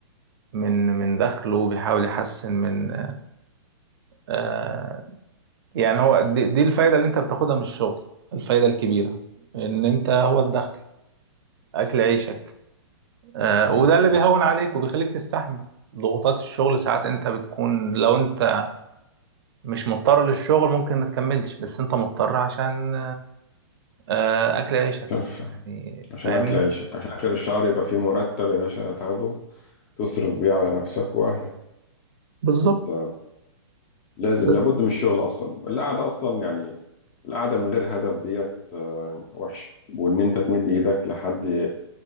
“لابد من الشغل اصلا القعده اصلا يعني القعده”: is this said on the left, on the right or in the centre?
Left